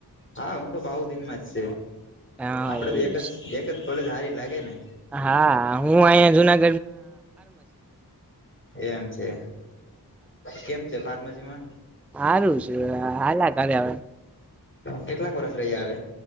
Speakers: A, on the left; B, in the centre.
A: હા હું તો બાવુ દિન માં જ છ,
B: હા
A: આપડે
B: એવું
A: તો એક
B: છે
A: જ એક જ ભલે જ હારી લાગે ને.
B: હા હું અહીંયા જુનાગઢ
A: એમ છે, કેમ છે ફાર્મસી માં?
B: સારું છે હાલા કર્યાવે.
A: કેટલાક વરષ રહી્યા અવે.